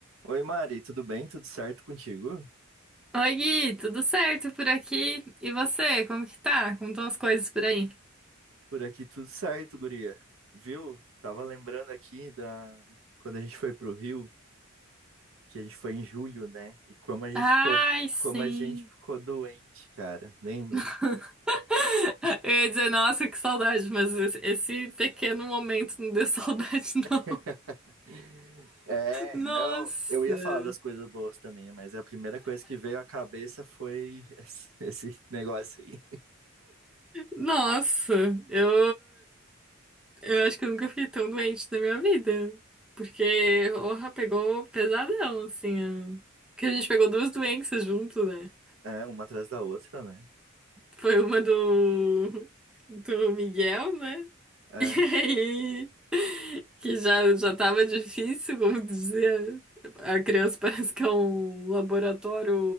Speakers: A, on the right; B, in the centre.
A: Oi, Mari, tudo bem? Tudo certo contigo?
B: Oi, Gui, tudo certo por aqui? E você, como que tá? Como estão as coisas por aí?
A: Por aqui tudo certo, guria. Viu? Tava lembrando aqui da quando a gente foi pro Rio, que a gente foi em julho, né? E como a gente
B: Ai,
A: ficou
B: sim.
A: como a gente ficou doente, cara, lembra?
B: <laughs> Eu ia dizer, nossa, que saudade, mas esse esse pequeno momento não deu <laughs> saudade, não.
A: <laughs> É,
B: Nossa.
A: não, eu ia falar das coisas boas também, mas a primeira coisa que veio à cabeça foi <laughs> esse esse negócio aí.
B: Nossa, eu, eu acho que eu nunca fiquei tão doente na minha vida. Porque, orra, pegou pesadão, assim. a- Porque a gente pegou duas doenças junto, né?
A: É, uma atrás da outra, né?
B: Foi uma do, do Miguel, né? <laughs>
A: É,
B: E aí, que já, já tava difícil, como dizer. A criança <laughs> parece que é um laboratório